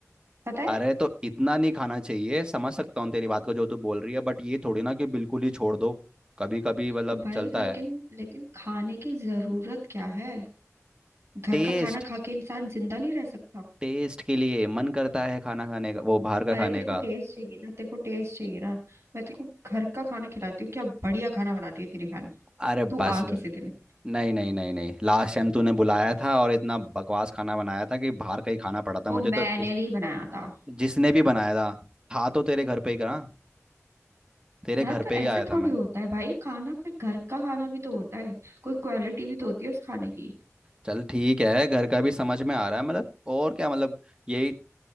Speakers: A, on the right; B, on the right.
A: पता है
B: अरे तो इतना नहीं खाना चाहिए समझ सकता हूँ तेरी बात को जो तू बोल रही है बट ये थोड़ी ना कि बिल्कुल ही छोड़ दो कभी कभी मतलब
A: तो भाई
B: चलता
A: लेकिन
B: है
A: लेकिन खाने की जरूरत क्या है घर
B: टेस्ट
A: का खाना खा के इंसान जिंदा नहीं रह सकता
B: टेस्ट के लिए मन करता है खाना खाने का वो बाहर का
A: अरे
B: खाने
A: तेरे को
B: का
A: टेस्ट चाहिए ना तेरे को टेस्ट चाहिए ना मैं तेरे को घर का खाना खिलाती हूँ क्या बढ़िया खाना बनाती है तेरी बहन
B: अरे बस
A: तू आ
B: बस
A: किसी दिन
B: नहीं नहीं नहीं नहीं लास्ट टाइम तूने बुलाया था और इतना बकवास खाना बनाया था कि बाहर का ही खाना पड़ा था
A: वो
B: मुझे
A: मैंने
B: तो इस,
A: नहीं बनाया था
B: जिसने भी बनाया था था तो तेरे घर पे ही करा तेरे
A: यार
B: घर
A: तो
B: पे ही
A: ऐसे
B: आया
A: थोड़ी
B: था मैं
A: होता है भाई खाना फिर घर का खाना भी तो होता है कोई क्वालिटी भी तो होती है उस खाने की
B: चल ठीक है घर का भी समझ में आ रहा है मतलब और क्या मतलब यही